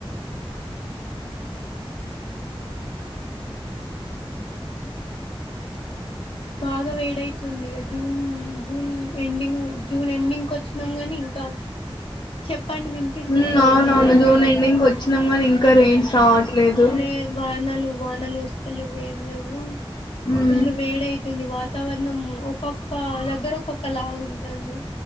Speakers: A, on the left (about 70°); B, on the left (about 50°).
A: బాగా వేడైతుంది June June ending June ending కి వచ్చినాం గానీ ఇంకా చెప్పండి వినిపించట్లేదా
B: హ్మ్ అవునవును
A: అండి
B: జూన్ ఎండింగ్కి వచ్చినాము కానీ ఇంకా రెయిన్స్ రావట్లేదు
A: రే వానలు వానలు వస్తలేవు ఏం లేవు
B: హ్మ్
A: ఫుల్లు వేడైతుంది వాతావరణం ఒక్కొక్క దగ్గర ఒక్కొక్క లాగు ఉంటుంది